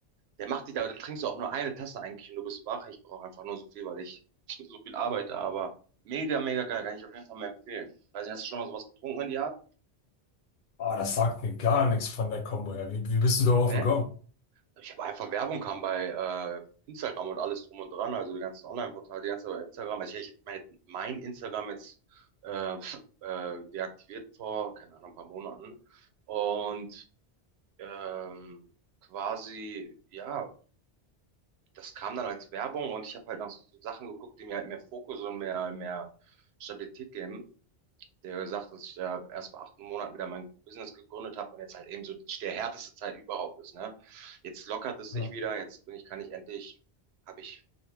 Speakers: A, on the right (about 75°); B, on the left (about 60°).
A: der macht dich da, da trinkst du auch nur eine Tasse eigentlich und du bist wach. Ich brauche einfach nur so viel, weil ich <laughs> so viel arbeite, aber mega, mega geil, kann ich auf jeden Fall mal empfehlen. Weiß nicht, hast du schon mal sowas getrunken in die Art?
B: Ah, das sagt mir gar nichts von der Kombo her. Wie, wie bist du darauf
A: Ne?
B: gekommen?
A: Ich habe einfach Werbung kam bei äh, Instagram und alles drum und dran, also die ganzen Online-Portale, die ganze Instagram. Also ich, ich hab mein, mein Instagram jetzt äh, f- äh, deaktiviert vor, keine Ahnung, ein paar Monaten. Und ähm, quasi, ja, das kam dann als Werbung und ich habe halt nach so Sachen geguckt, die mir halt mehr Fokus und mehr, mehr Stabilität geben. Der gesagt, dass ich ja erst vor acht Monaten wieder mein Business gegründet habe und jetzt halt eben so der härteste Zeit überhaupt ist, ne? Jetzt lockert es sich
B: Ja.
A: wieder, jetzt bin ich, kann ich endlich, habe ich